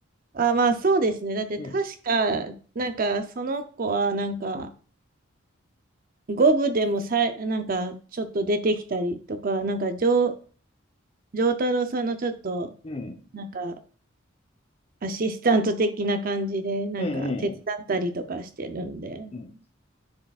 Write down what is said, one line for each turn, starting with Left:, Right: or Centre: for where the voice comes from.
Right: あ、まあそうですね。だって確か、
Left: うん、
Right: なんかその子はなんか五部でもさい、なんかちょっと出てきたりとか、なんか丈丈太郎さんのちょっと
Left: うん、
Right: なんかアシスタント的な感じでなんか手伝ったりとかしてるんで、
Left: うん、うん、うん、